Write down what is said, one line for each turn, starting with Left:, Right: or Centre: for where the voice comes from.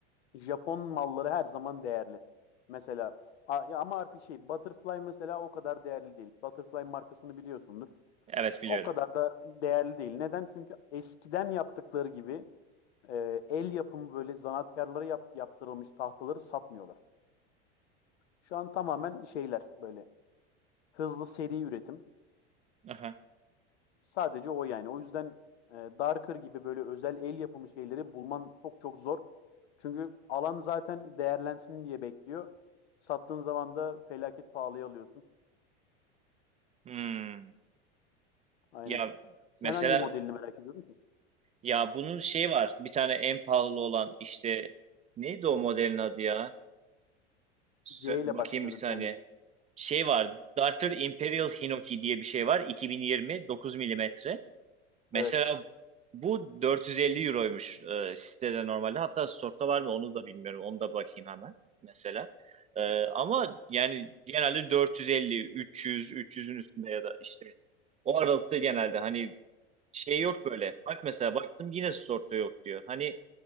Left: Japon malları her zaman değerli. Mesela a- ya ama artık şey Butterfly mesela o kadar değerli değil. Butterfly markasını biliyorsundur.
Right: Evet biliyorum.
Left: O kadar da değerli değil. Neden? Çünkü eskiden yaptıkları gibi e, el yapımı böyle zanaatkarlara yap- yaptırılmış tahtaları satmıyorlar. Şu an tamamen şeyler böyle hızlı seri üretim.
Right: Aha.
Left: Sadece o yani. O yüzden e, Darker gibi böyle özel el yapımı şeyleri bulman çok çok zor. Çünkü alan zaten değerlensin diye bekliyor. Sattığın zaman da felaket pahalıya alıyorsun.
Right: Hmm.
Left: Aynen.
Right: Ya mesela
Left: Sen hangi modelini merak ediyordun ki?
Right: ya bunun şeyi var. Bir tane en pahalı olan işte neydi o modelin adı ya? Sö-
Left: C ile
Right: bakayım
Left: başlıyordu
Right: bir saniye.
Left: bir tane.
Right: Şey var. Darter Imperial Hinoki diye bir şey var. 2020 9 milimetre. Mesela
Left: Evet.
Right: bu 450 euroymuş e, sitede normalde. Hatta store'da var mı onu da bilmiyorum. Onu da bakayım hemen mesela. E, ama yani genelde 450, 300, 300'ün üstünde ya da işte o aralıkta genelde hani şey yok böyle. Bak mesela baktım yine Sword'da yok diyor. Hani